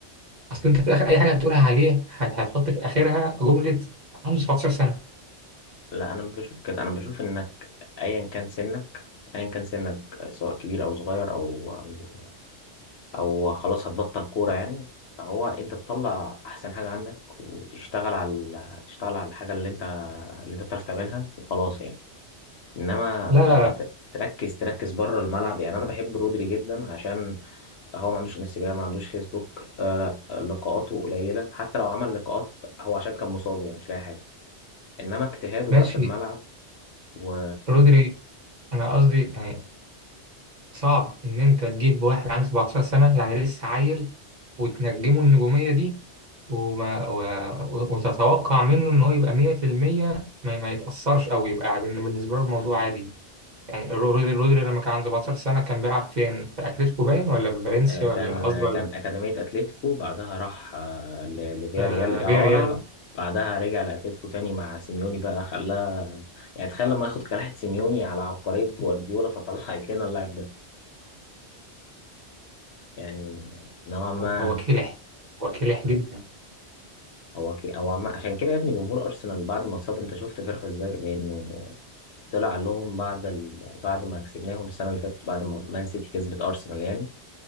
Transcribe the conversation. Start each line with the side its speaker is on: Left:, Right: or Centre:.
Right: اصل انت في اخر اي حاجه هتقولها عليه هت- هتحط في اخرها جمله عنده 17 سنه
Left: لا أنا بشوف كده أنا بشوف إنك أيا كان سنك أيا كان سنك آه، سواء كبير أو صغير أو آه، او خلاص هتبطل كوره يعني هو انت تطلع احسن حاجه عندك وتشتغل على تشتغل على الحاجه اللي انت اللي انت بتعرف تعملها وخلاص يعني انما
Right: لا
Left: آه،
Right: لا
Left: ت- تركز تركز بره الملعب يعني انا بحب رودري جدا عشان هو ما عندوش انستجرام ما عندوش فيسبوك آه، لقاءاته قليله حتى لو عمل لقاءات هو عشان كان مصاب يعني مش لاقي حاجه انما اجتهاده
Right: ماشي
Left: بقى في الملعب و...
Right: رودري انا قصدي يعني صعب إن أنت تجيب واحد عنده 17 سنة يعني لسه عيل وتنجمه النجومية دي وما و... و- وتتوقع منه إن هو يبقى 100% ما... ما يتأثرش أو يبقى عادي. بالنسبة له الموضوع عادي يعني رودري رودري لما كان عنده 17 سنة كان بيلعب فين؟ في أتلتيكو باين ولا في فالنسيا
Left: آه، كان
Right: ولا قصدي ولا
Left: كان أكاديمية أتلتيكو بعدها راح آه، ل- لفياريال
Right: آه...
Left: إعارة
Right: فياريال
Left: بعدها رجع لأتلتيكو تاني مع سيميوني بقى خلاه يعني تخيل لما ياخد كلاحة سيميوني على عبقرية جوارديولا فطلعت لنا اللاعب ده يعني نوعا ما
Right: هو كلح هو كلح جدا
Left: هو كي هو عم... عشان كده يا ابني جمهور أرسنال بعد ما اتصاب أنت شفت فرحه إزاي لأنه طلع قال لهم بعد ال... بعد ما كسبناهم السنة اللي فاتت بعد ما مان سيتي كسبت أرسنال يعني